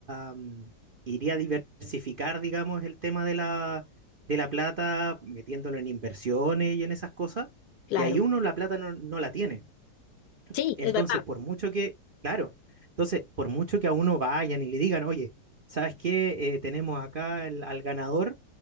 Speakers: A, on the right (about 50°); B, on the left (about 70°).
A: a, mm, iría a diversificar, digamos, el tema de la, de la plata, metiéndolo en inversiones y en esas cosas.
B: claro.
A: Y ahí uno la plata no, no la tiene.
B: Sí,
A: Entonces,
B: es verdad.
A: por mucho que, claro, entonces, por mucho que a uno vayan y le digan, oye, ¿sabes qué? Eh, tenemos acá el- al ganador.